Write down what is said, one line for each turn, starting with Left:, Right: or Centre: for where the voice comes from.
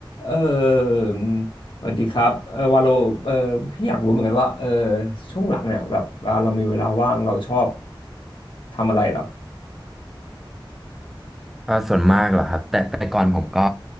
Left: เออสวัสดีครับเออวาโลเออพี่อยากรู้เหมือนกันว่าเออช่วงหลังเนี่ยแบบเวลาเรามีเวลาว่างเราชอบทำอะไรเหรอ
Centre: เอ่าส่วนมากเหรอครับแต่แต่ก่อนผมก็